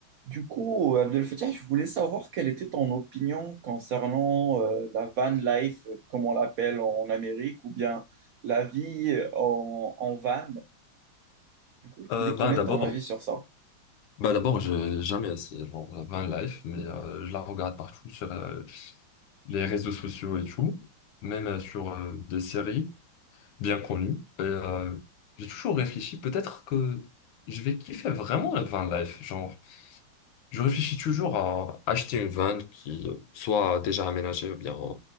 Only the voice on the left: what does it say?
Euh,
ben d'abord,
ben d'abord, j'ai jamais essayé genre la van life, mais euh, je la regarde partout sur euh, les réseaux sociaux et tout, même euh, sur euh, des séries bien connues. Et euh, j'ai toujours réfléchi, peut-être que je vais kiffer vraiment la van life. Genre, je réfléchis toujours à acheter une van qui soit déjà aménagée ou bien euh,